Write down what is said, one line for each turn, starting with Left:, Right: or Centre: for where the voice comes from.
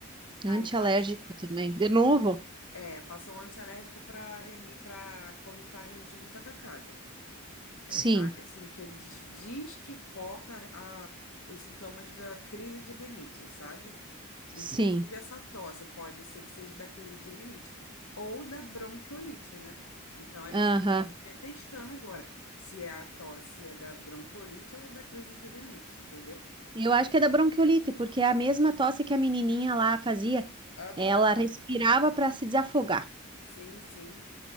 Right: Antialérgico
Left: aí passou.
Right: também. De novo?
Left: É, passou um antialérgico para reni, para quando tá a rinite muito atacada. É,
Right: Sim,
Left: sabe? Assim, que ele diz diz que corta a, os sintomas da crise de rinite, sabe? Inclusive,
Right: sim.
Left: essa tosse pode ser que seja da crise de rinite ou da bronquiolite, né? Então, eles
Right: Aham.
Left: estão pra saber testando agora se é a tosse é da bronquiolite ou é da crise de rinite, entendeu?
Right: Eu acho que é da bronquiolite, porque é a mesma tosse que a menininha lá fazia.
Left: Aham.
Right: Ela respirava para se desafogar.
Left: Sim, sim.